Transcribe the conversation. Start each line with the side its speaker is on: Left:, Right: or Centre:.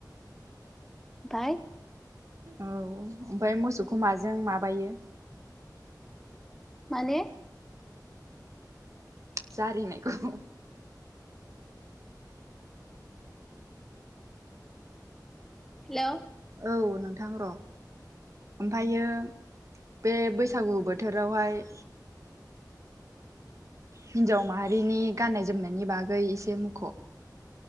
Centre: उफाय
Right: औ ओमफ्राय मोसौखौ माजों माबायो।
Centre: माने
Right: जारिनायखौ
Centre: हेलौ।
Right: औ नोंथां र' ओमफ्रायो बे बैसागु बोथोरावहाय हिनजाव माहारिनि गाननाय जोमनायनि बागै एसे मुख'।